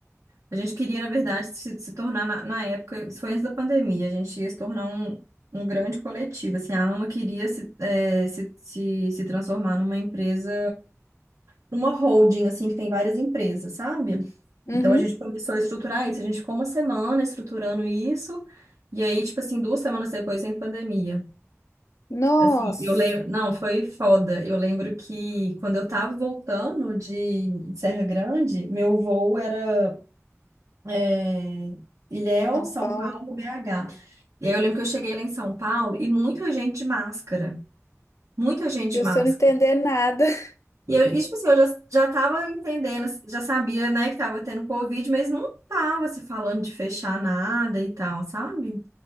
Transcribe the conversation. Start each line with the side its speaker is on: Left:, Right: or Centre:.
Right: A gente queria, na verdade, se, se tornar, na, na época, isso foi antes da pandemia, a gente ia se tornar um, um grande coletivo. Assim, a AMA queria se, eh, se, se, se transformar numa empresa para uma holding, assim, que tem várias empresas, sabe?
Left: uhum.
Right: Então a gente começou a estruturar isso, a gente ficou uma semana estruturando isso, e aí, tipo assim, duas semanas depois em pandemia.
Left: Nossa.
Right: Assim, eu lembro, não, foi foda. Eu lembro que quando eu tava voltando de Serra Grande, meu voo era é, Ilhéus,
Left: São
Right: São
Left: Paulo.
Right: Paulo, BH. E aí eu lembro que eu cheguei lá em São Paulo e muita gente de máscara. Muita gente
Left: E
Right: de máscara.
Left: você não entender nada. <laughs>
Right: E eu, e, tipo assim, eu já, já tava entendendo, assim, já sabia, né, que tava tendo Covid, mas não tava se falando de fechar nada e tal, sabe?